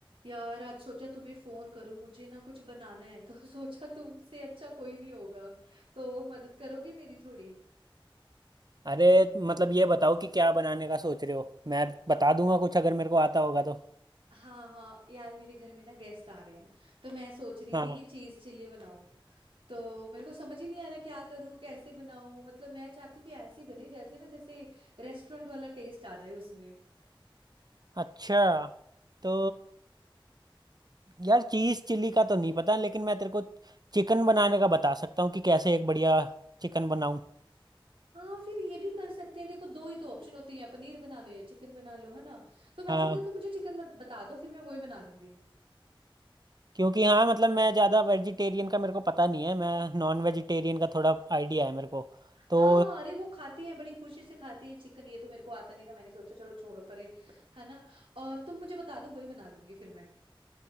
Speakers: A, on the right (about 75°); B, on the right (about 50°).
A: यार आज सोचा तुम्हें फोन करूं मुझे ना कुछ बनाना है तो <laughs> सोचा तुमसे अच्छा कोई नहीं होगा तो मदद करोगे मेरी थोड़ी
B: अरे मतलब ये बताओ कि क्या बनाने का सोच रहे हो मैं बता दूंगा कुछ अगर मेरे को आता होगा तो
A: हाँ हाँ यार मेरे घर में ना गेस्ट आ रहे हैं तो मैं सोच रही
B: हाँ
A: थी कि चीज चिल्ली बनाऊं तो मेरे को समझ ही नहीं आ रहा क्या करूं कैसे बनाऊं मतलब मैं चाहती हूँ कि ऐसी बने जैसे ना जैसे रेस्टोरेंट वाला टेस्ट आ जाए उसमें
B: अच्छा तो यार चीज़ चिल्ली का तो नहीं पता लेकिन मैं तेरे को चिकन बनाने का बता सकता हूँ कि कैसे एक बढ़िया चिकन बनाऊँ
A: हाँ फिर ये भी कर सकते हैं देखो दो ही तो ऑप्शन होते हैं पनीर बना लो या चिकन बना लो है ना तो मैं
B: हाँ
A: ऐसे करो तो मुझे चिकन बता दो फिर मैं वही बना लूंगी
B: क्योंकि हाँ मतलब मैं ज़्यादा वेजिटेरियन का मेरे को पता नहीं है मैं नॉन वेजिटेरियन का थोड़ा आइडिया है मेरे को
A: हाँ
B: तो
A: अरे वो खाते हैं बड़ी खुशी से खाते हैं चिकन ये तो मेरे को आता नहीं था मैंने सोचा चलो छोड़ो परे है ना और तुम मुझे बता दो वही बना लूंगी फिर मैं